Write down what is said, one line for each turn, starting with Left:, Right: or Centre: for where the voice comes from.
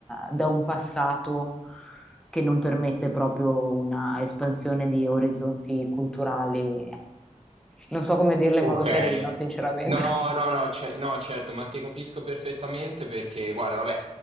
Centre: da un passato che non permette proprio una espansione di orizzonti culturali. Non so come dirla
Right: Ok.
Centre: in modo carino, sinceramente.
Right: No,
Centre: <laughs>
Right: no, no, ce- no, certo, ma ti capisco perfettamente perché, guarda, vabbè,